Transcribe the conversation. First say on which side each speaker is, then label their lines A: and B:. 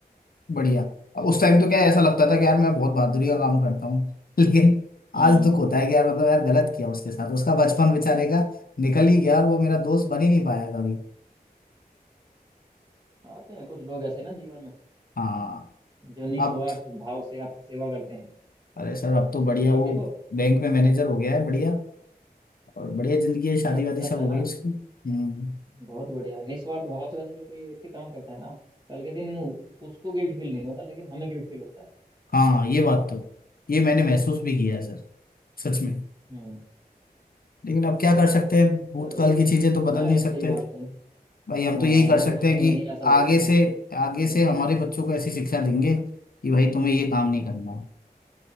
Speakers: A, on the left (about 65°); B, on the right (about 25°).
A: बढ़िया उस टाइम तो क्या है, ऐसा लगता था कि यार मैं बहुत बहादुरी का काम करता हूँ <laughs> लेकिन
B: हम्म।
A: आज दुख होता है कि यार मतलब यार गलत किया उसके साथ उसका बचपन बेचारे का निकल ही गया और वो मेरा दोस्त बन ही नहीं पाया कभी
B: आते हैं कुछ लोग ऐसे ना जीवन में
A: हाँ
B: जो निस्वार्थ
A: अब तो,
B: भाव से आपकी सेवा करते हैं
A: अरे सर अब तो बढ़िया
B: पर
A: वो
B: देखो
A: बैंक में मैनेजर हो गया
B: हम्म,
A: है बढ़िया और बढ़िया जिंदगी है शादी
B: पर ऐसा
A: वादी सब
B: है
A: हो
B: ना
A: गई उसकी हम्म
B: बहुत बढ़िया निस्वार्थ भाव से वैसे जो कोई व्यक्ति काम करता है ना कल के दिन उसको गिल्ट फील नहीं होता लेकिन हमें गिल्ट फील होता है
A: हाँ ये बात तो है ये मैंने महसूस भी किया है सर सच में
B: हम्म
A: लेकिन अब क्या कर सकते हैं भूतकाल
B: चलो ये
A: की चीजें तो बदल
B: नहीं
A: नहीं
B: सही
A: सकते
B: बात है हाँ
A: भाई हम तो यही कर
B: वो
A: सकते
B: तो समय
A: हैं कि
B: ही ऐसा होता
A: आगे से
B: है
A: आगे
B: बट-
A: से हमारे बच्चों को ऐसी शिक्षा देंगे कि भाई तुम्हें ये काम
B: हम्म
A: नहीं करना